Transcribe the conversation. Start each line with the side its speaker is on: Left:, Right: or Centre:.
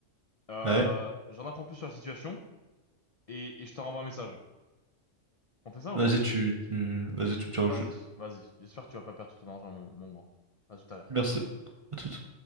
Left: Euh,
Right: Ouais.
Left: j'en apprends plus sur la situation et, et je te renvoie un message. On fait ça ou
Right: Vas-y,
Left: pas?
Right: tu, tu- vas-y, tu me tiens
Left: Vas-y,
Right: au jeu.
Left: vas-y. J'espère que tu vas pas perdre tout ton argent, mon, mon grand. À tout à l'heure.
Right: Merci. À toute.